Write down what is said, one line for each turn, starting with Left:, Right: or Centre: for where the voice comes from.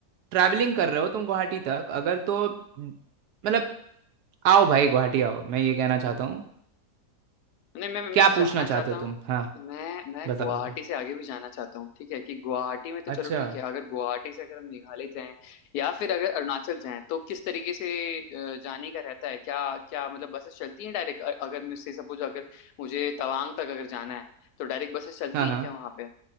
Right: ट्रैवलिंग कर रहे हो तुम गुवाहाटी तक अगर तो मतलब आओ भाई गुवाहाटी आओ मैं ये कहना चाहता हूँ
Left: नहीं मैं
Right: क्या
Left: मैं जाना
Right: पूछना चाहते
Left: चाहता
Right: हो
Left: हूँ
Right: तुम हाँ
Left: मैं मैं
Right: बताओ
Left: गुवाहाटी
Right: बताओ
Left: से आगे भी जाना चाहता हूँ ठीक है कि गुवाहाटी में तो चलो
Right: अच्छा
Left: ठीक है अगर गुवाहाटी से अगर हम मेघालय जाएं या फिर अगर अरुणाचल जाएं तो किस तरीके से अ, जाने का रहता है क्या क्या मतलब बसेस चलती हैं डायरेक्ट अगर मुझसे सपोज अगर मुझे तवांग तक अगर जाना है तो डायरेक्ट बसेस चलती
Right: हाँ हाँ
Left: हैं क्या वहां पे